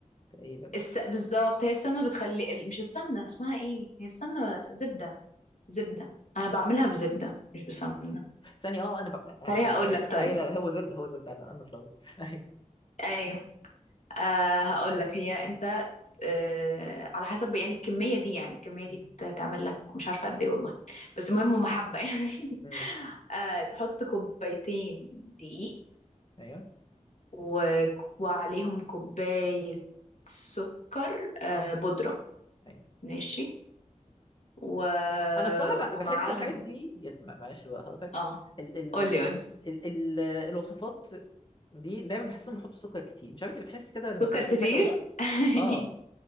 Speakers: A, on the left; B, on the left.
A: تقريبا
B: الس... بالظبط هي السمنة بتخلي ال- مش السمنة اسمها ايه هي السمنة زبدة زبدة انا بعملها بزبدة مش بسمنة
A: ثانيه اه انا بقى آه
B: خليها
A: آه، سوري
B: اقول
A: سوري
B: لك
A: سوري.
B: طيب
A: ايوه لا لا، هو زبده هو زبده انا انا اتلخبطت <laughs> ايوه
B: ايوه أه هقول لك هي انت أه على حسب يعني الكمية دي يعني الكمية دي
A: م-
B: ت- تعمل لك مش عارفة قد ايه والله بس المهم هم حبة يعني
A: م-
B: <laughs> أه تحط كوبايتين دقيق
A: ايوه
B: و... وعليهم كوباية سكر أه
A: م-
B: بودرة
A: ايوه
B: ماشي و...
A: انا الصراحه بقى
B: ومعاهم
A: بحس الحاجات دي ما- معلش بقى هقطعك
B: اه
A: ال ال
B: قولي قولي
A: ال ال الوصفات دي دايما بحسهم بيحطوا سكر كتير مش عارف انت بتحس كده لما
B: سكر
A: بتاكل
B: كتير
A: حاجه ولا لا
B: <laughs>
A: اه